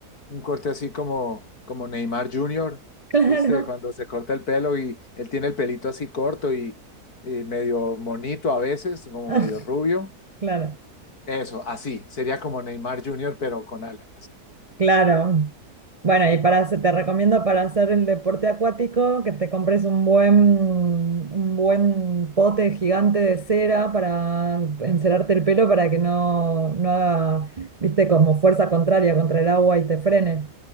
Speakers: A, on the left; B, on the right.
A: un corte así como, como Neymar Jr.,
B: Claro,
A: ¿viste? Cuando se corta el pelo y él tiene el pelito así corto y, y medio monito a veces, como
B: <laughs>
A: medio rubio.
B: claro,
A: Eso, así, sería como Neymar Jr., pero con alas.
B: claro. Bueno, y para, hacer- te recomiendo para hacer el deporte acuático que te compres un buen, un buen pote gigante de cera para encerarte el pelo para que no, no haga, viste, como fuerza contraria contra el agua y te frene,